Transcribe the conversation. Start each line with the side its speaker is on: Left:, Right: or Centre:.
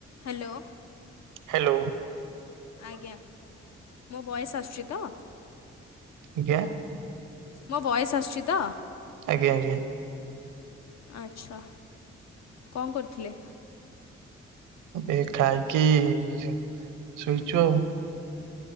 Left: Hello.
Right: Hello.
Left: ଆଜ୍ଞା ମୋ ବୟସ ଆସୁଛି ତ?
Right: ଞା
Left: ମୋ ବଏସ ଆସିଛି ତ?
Right: ଆଜ୍ଞା ଆଜ୍ଞା।
Left: ଆଚ୍ଛା କଣ କରିଥିଲେ?
Right: ଏ ଖାଇକି <unintelligible> ଶୋଇଛୁ ଆଉ।